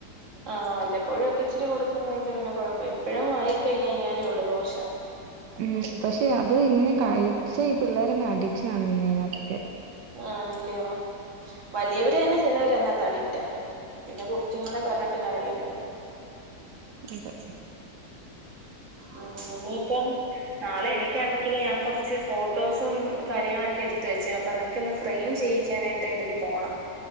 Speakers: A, on the right; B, on the right.
A: ആഹ് വല്ലപ്പഴൊക്കെ ഇച്ചിരി കൊടുക്കുന്നതില് പിന്നെ കൊഴപ്പം എപ്പഴും വായി കഴിഞ് കഴിഞ്ഞാലേ ഒള്ളൂ ദോഷം.
B: ഉം പക്ഷെ അത് ഇങ്ങനെ കഴിച്ച ഈ പിള്ളേരങ്ങ് അഡിക്ഷൻ ആണ് പിന്നെ യിനകത്തൊക്കെ.
A: ആന്നല്യോ വലിയവരന്നെ ചിലവര് അതിനാത്ത് അഡിക്റ്റാ. പിന്നെ കുട്ടികളെ പറഞ്ഞിട്ട് കാര്യമില്ലല്ലോ.
B: അതെ.
A: ഓ ഇനീപ്പം. നാളെ എനിക്കാണെങ്കില് ഞാൻ കൊറച്ച് ഫോട്ടോസും കാര്യങ്ങളൊക്കെ എടുത്ത് വെച്ച് അപ്പൊ അതൊക് ക്കെന്ന് ഫ്രെയിം ചെയ്യിക്കാനായിട്ട് എനിക്ക് പോണം.